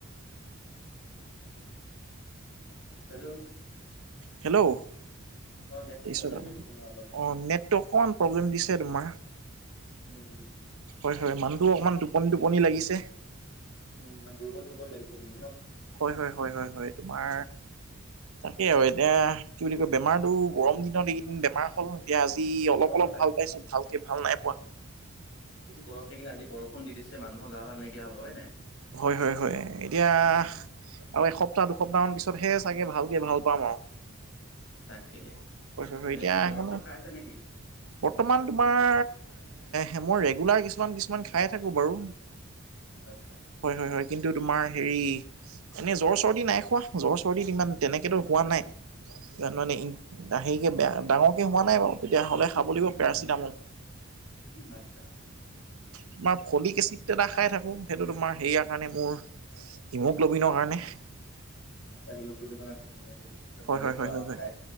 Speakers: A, on the left; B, on the right.
A: হে'ল্ল
B: হে'ল্ল
A: অ', নেটটো
B: পিছত
A: প্ৰব্লেম
B: আৰু
A: দিছে তোমাৰ অলপ
B: অ নেটটো অকণমান প্ৰব্লেম দিছে তোমাৰ
A: উম
B: হয় হয় মানহটোও অকণমান টোপনি টোপনি লাগিছে
A: উম দুৰ্বল দুৰ্বল লাগিছে তুমি ন
B: হয় হয় হয় হয় হয় তোমাৰ তাকেই আৰু এতিয়া কি বুলি কয় বেমাৰতো গৰম দিনত এইকেইদিন বেমাৰ হ'ল এতিয়া আজি অলপ
A: অ',
B: অলপ ভাল পাইছো ভালকে ভাল নাই পোৱা
A: এদিন গৰম দিখিনি আজি বৰষুণ দি দিছে মানুহৰ গা ভাল নাইকীয়া হব হয় নে নাই
B: হয় হয় হয় এতিয়া আৰু এসপ্তাহ দুসপ্তাহ মান পিছতহে চাগে ভালকে ভাল পাম আৰু
A: তাকে
B: হয় হয়
A: এনেই
B: কিয়া
A: তুমি দৰৱ
B: এখনো
A: চৰৱ খাই আছা নেকি?
B: বৰ্তমান তোমাৰ হেমো ৰেগুলাৰ কিছুমান কিছুমান খাই থাকো বাৰু
A: আচ্ছা
B: হয় হয় হয় কিন্তু তোমাৰ হেৰি এনেই জ্বৰ চৰ্দি নাই খোৱা জ্বৰ চৰ্দিত ইমান তেনেকেতো হোৱা নাই তাৰ মানে ই লাহেকৈ বেয়া ডাঙৰকে হোৱা নাই বাৰু তেতিয়া হ'লে খাব লাগিব পেৰাচিটামল
A: আচ্ছা
B: তোমাৰ ফলিক এচিড এটা খাই থাকো সেইটো তোমাৰ সেয়াৰ কাৰণে মোৰ হিমোগ্ল'বিনৰ কাৰণে
A: চাৰি মান তুমি এইটো
B: হয়
A: মাইটেন
B: হয় হয়
A: কৰা
B: হয় হয়
A: সদায়